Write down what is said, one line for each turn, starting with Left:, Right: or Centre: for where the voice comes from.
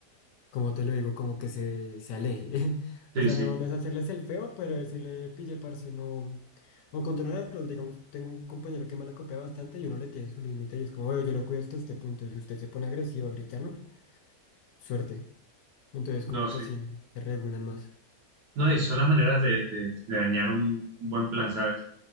Left: como te lo digo, como que se, se aleje. <laughs> O
Right: Sí,
Left: sea,
Right: sí.
Left: no, no es hacerles el feo, pero decirle, pille, parce, no. O controlarlos, digamos, tengo un compañero que me la copia bastante y uno le tiene su límite y es como, "Oye, yo lo cuido hasta este punto, si usted se pone agresivo a gritarme, suerte. Entonces, como
Right: No, sí.
Left: casi se regulan más.
Right: No, y son las maneras de, de- de dañar un, un buen plan, ¿sabes?